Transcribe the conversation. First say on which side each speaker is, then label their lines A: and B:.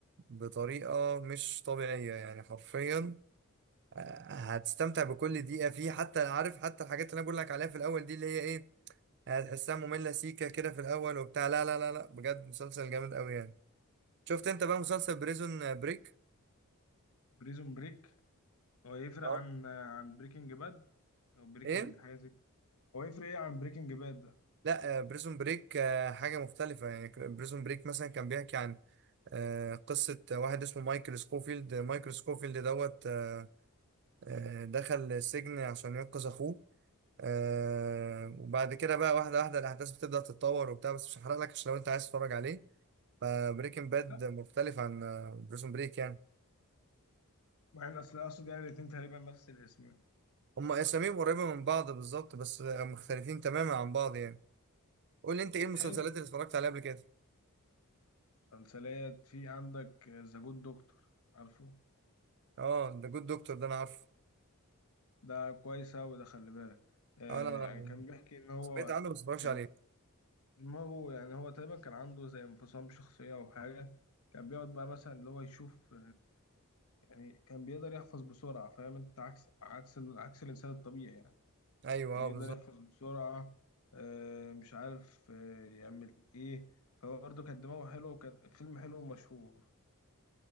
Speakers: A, on the right; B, on the left.
A: بطريقة مش طبيعية يعني حرفيا آه، هتستمتع بكل دقيقة فيه حتى عارف حتى الحاجات اللي أنا بقول لك عليها في الأول دي اللي هي إيه هتحسها مملة سيكة كده في الأول وبتاع لا لا لا لا بجد مسلسل جامد أوي يعني شفت أنت بقى مسلسل بريزون بريك؟
B: بريزون بريك هو يفرق
A: اه
B: عن عن بريكنج باد او بريكنج
A: إيه؟
B: حاجه زي كده. هو يفرق ايه عن بريكنج باد ده
A: لا آه، بريزون بريك آه، حاجة مختلفة يعني بريزون بريك مثلا كان بيحكي عن آه، قصة واحد اسمه مايكل سكوفيلد مايكل سكوفيلد دوت آه، آه، دخل السجن عشان ينقذ أخوه آه وبعد كده بقى واحدة واحدة الأحداث بتبدأ تتطور وبتاع بس مش هحرق لك عشان لو أنت عايز تتفرج عليه فبريكنج باد
B: لا
A: مختلف عن بريزون بريك يعني
B: مع ان اصل اصل يعني الاتنين تقريبا نفس الاسم يعني
A: هما أساميهم قريبة من بعض بالظبط بس مختلفين تماما عن بعض يعني قول لي أنت إيه المسلسلات
B: حلو
A: اللي اتفرجت عليها قبل كده؟
B: مسلسلات في عندك ذا جود دكتور عارفه
A: أه ده جود دكتور ده أنا عارفه
B: ده كويس اوي ده خلي بالك آه
A: أنا
B: يعني كان بيحكي ان هو
A: سمعت عنه بس متفرجش
B: كان
A: عليه
B: دماغه يعني هو تقريبا كان عنده زي انفصام شخصيه او حاجه كان بيقعد بقى مثلا اللي هو يشوف يعني كان بيقدر يحفظ بسرعه فاهم انت عكس عكس عكس الانسان الطبيعي يعني
A: أيوه
B: يعني
A: أه بالظبط
B: يقدر يحفظ بسرعة آه، مش عارف آه، يعمل ايه فهو برضه كان دماغه حلو وكان فيلم حلو ومشهور